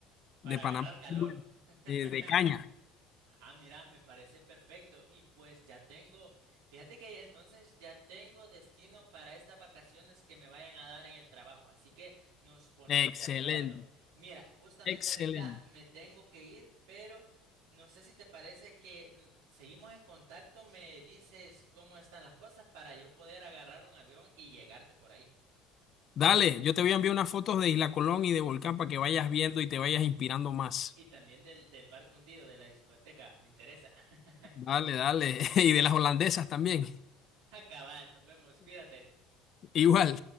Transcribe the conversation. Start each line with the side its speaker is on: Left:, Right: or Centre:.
Right: Para
Left: de Panamá,
Right: agarrar calor. <laughs>
Left: de, de caña.
Right: Ah, mira, me parece perfecto. Y pues ya tengo, fíjate que entonces ya tengo destino para estas vacaciones que me vayan a dar en el trabajo. Así que nos ponemos
Left: Excelente,
Right: de acuerdo. Mira, justamente
Left: excelente.
Right: ahorita me tengo que ir, pero no sé si te parece que n- seguimos en contacto. Me dices cómo están las cosas para yo poder agarrar un avión y llegarte por ahí.
Left: Dale, yo te voy a enviar unas fotos de Isla Colón y de Volcán para que vayas viendo y te vayas inspirando más.
Right: Y también del, del barco hundido, de la discoteca, me interesa. <laughs>
Left: Dale, dale. <laughs> Y de las holandesas también.
Right: Cabal, nos vemos, cuídate.
Left: Igual.